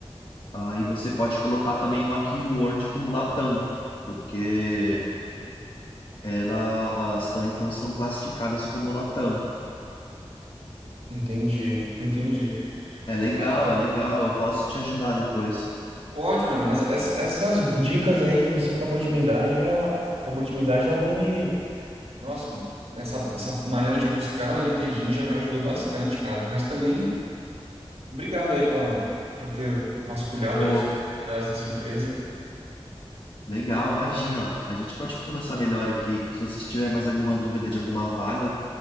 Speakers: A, on the left; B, on the right.
A: Aí você pode colocar também uma keyword como Latam, porque elas também então são classificadas como Latam.
B: Entendi. Entendi.
A: É legal,
B: Ca-
A: é legal, eu posso te ajudar depois.
B: Pode, mano, mas essa- essas dicas aí que você acabou de me dar já. Acabou de me dar já vão me. Nossa, essa, essa maneira de buscar no LinkedIn já me ajudou bastante, cara. Mas também, obrigado aí pra, por ter vasculhado
A: Pô,
B: aí as oportunidades na sua empresa.
A: legal, imagina, a gente pode conversar melhor aqui. Se você tiver mais alguma dúvida de alguma vaga,